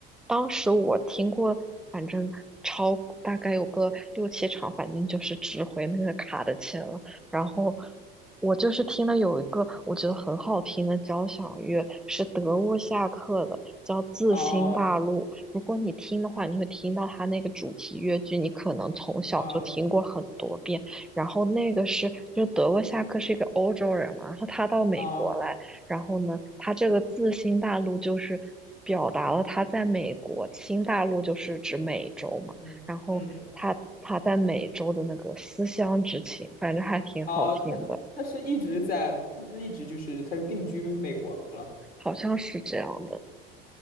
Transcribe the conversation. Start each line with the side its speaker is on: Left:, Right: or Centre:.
Centre: 当时我听过，反正超大概有个六七场，反正就是值回那个卡的钱了。然后我就是听了有一个我觉得很好听的交响乐，是德沃夏克的，叫《自新大陆》。
Left: 哦
Centre: 如果你听的话，你会听到他那个主题乐句，你可能从小就听过很多遍。
Left: 哦
Centre: 然后那个是，就德沃夏克是一个欧洲人嘛，然后他到美国来。
Left: 哦，
Centre: 然后呢，他这个自新大陆就是表达了他在美国，新大陆就是指美洲嘛。
Left: 嗯嗯嗯，
Centre: 然后他他在美洲的那个思乡之情，反正还挺好听的，
Left: 哦，他他是一直在，他是一直就是他是定居美国了。
Centre: 好像是这样的。